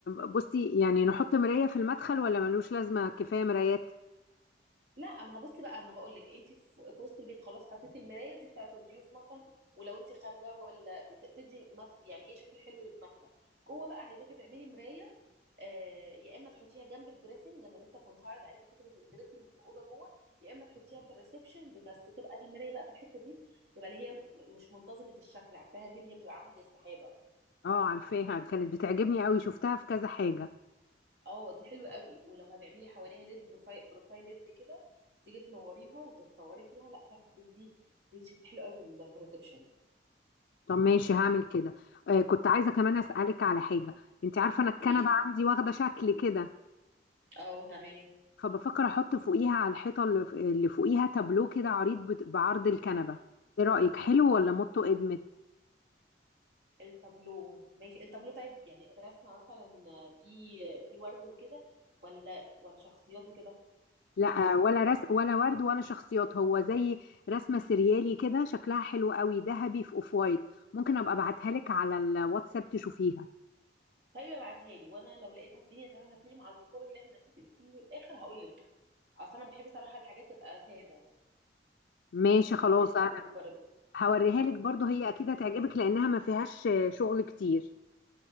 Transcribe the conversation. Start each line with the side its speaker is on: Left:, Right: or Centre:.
Left: بصي يعني نحط مراية في المدخل ولا ملوش لازمة كفاية مرايات
Right: لا ما هبصي بقى انا بقول لك انت في في وسط البيت خلاص حطيتي المرايه دي بتاعه الضيوف مثلا ولو انت خارجه ولا بت- بتدي مدخل يعني ايه شكل حلو للمدخل جوه بقى عايزاكي تعملي مرايه آه، يا اما تحطيها جنب الدريسنج انا لسه كنت هعرض عليكي فكره الدريسنج في اوضه جوه يا اما تحطيها في الريسبشن بس تبقى المرايه بقى في الحته دي تبقى اللي هي م- مش منتظمه الشكل عارفاها دي اللي هي بتبقى عامله زي السحابه
Left: اه عارفاها كانت بتعجبني قوي شفتها في كذا حاجة
Right: اه دي حلوه قوي ولو هتعملي حواليها ليد بروفايل بروفايل ليد كده تيجي تنوريها وتتصوري فيها لا صراحه تدي تدي شكل حلو قوي في ال- في الريسبشن
Left: طب ماشي هعمل كده آه كنت عايزة كمان أسألك على حاجة انت عارفة انا الكنبة
Right: قوليلي.
Left: عندي واخدة شكل كده
Right: اه تمام
Left: فبفكر احط فوقيها على الحيطة اللي اللي فوقيها تابلو كده عريض بت- بعرض الكنبة ايه رأيك حلو ولا موتو ادمت
Right: التابلو ماشي التابلو طيب يعني رسمه مثلا في في ورد وكده ولا ولا شخصيات وكده
Left: لا ولا رس ولا ورد ولا شخصيات هو زي رسمة سريالي كده شكلها حلو قوي ذهبي في اوف وايت ممكن ابقى ابعتها لك على الواتساب تشوفيها
Right: طيب ابعتها لي وانا لو لقيتها الدنيا تمام هتليق مع الديكور اللي احنا نتفق فيه بالاخر هقول لك اصل انا بحب صراحه الحاجات تبقى ساده
Left: ماشي خلاص
Right: انت رايك
Left: انا
Right: برضه
Left: هوريها لك برضو هي اكيد هتعجبك لانها ما فيهاش شغل كتير